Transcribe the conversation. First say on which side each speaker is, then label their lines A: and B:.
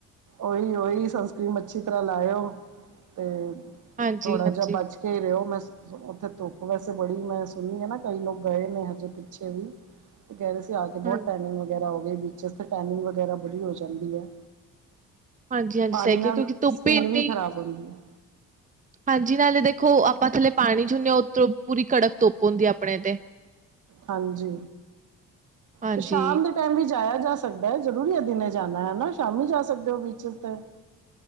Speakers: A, on the right; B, on the right.
A: ਓਹੀ ਓਹੀ ਸਨਸਕ੍ਰੀਮ ਅੱਛੀ ਤਰ੍ਹਾਂ ਲਾਇਓ ਤੇ
B: ਹਾਂਜੀ,
A: ਥੋੜਾ
B: ਹਾਂਜੀ।
A: ਜਿਹਾ ਬਚ ਖੇ ਰਹੇ ਹੋ ਮੈਂ ਉੱਥੇ ਧੁੱਪ ਵੈਸੇ ਬੜੀ ਮੈਂ ਸੁਣੀ ਹੈ ਨਾ ਕਈ ਲੋਕ ਗਏ ਨੇ ਹਜੇ ਪਿੱਛੇ ਵੀ ਤੇ ਕਹਿ ਰਹੇ ਸੀ ਆ ਕੇ
B: ਹਾਂ
A: ਬਹੁਤ ਟਨਿੰਗ ਵਗੈਰਾ ਹੋ ਗਈ ਬਚਿਸ ਤੇ ਟੈਨਿੰਗ ਵਗੈਰਾ ਬੜੀ ਹੋ ਜਾਂਦੀ ਹੈ
B: ਹਾਂਜੀ-ਹਾਂਜੀ
A: ਪਾਣੀ
B: ਸਹੀ ਕਿਹਾ
A: ਨਾਲ
B: ਕਿਉਂਕਿ ਧੁੱਪ
A: ਸਕਿੰਨ
B: ਹੀ ਇੰਨੀ
A: ਵੀ ਖ਼ਰਾਬ ਹੁੰਦੀ ਹੈ।
B: ਹਾਂਜੀ ਨਾਲੇ ਦੇਖੋ ਆਪਾਂ ਥੱਲੇ ਪਾਣੀ ਚੁੰਦੇ ਹਾਂ ਉਤੇ ਓ ਪੂਰੀ ਕੜਕ ਧੁੱਪ ਹੁੰਦੀ ਆਪਣੇ ਤੇ।
A: ਹਾਂਜੀ
B: ਹਾਂਜੀ।
A: ਤੇ ਸ਼ਾਮ ਦੇ ਟਾਈਮ ਵੀ ਜਾਇਆ ਜਾ ਸਕਦਾ ਹੈ ਜ਼ਰੂਰੀ ਅਧਨੇ ਜਾਣਾ ਹੈ ਨਾ ਸ਼ਾਮੀ ਜਾ ਸਕਦੇ ਹੋ ਬੀਚਿਸ ਤੇ।